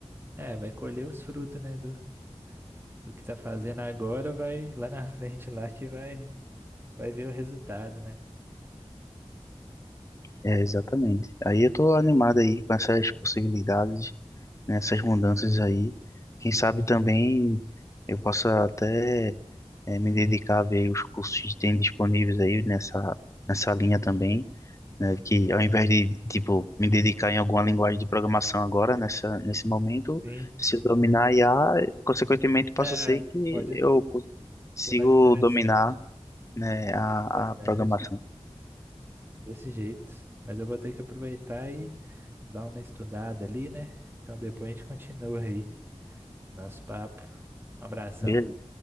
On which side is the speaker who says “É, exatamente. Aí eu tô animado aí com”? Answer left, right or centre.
Left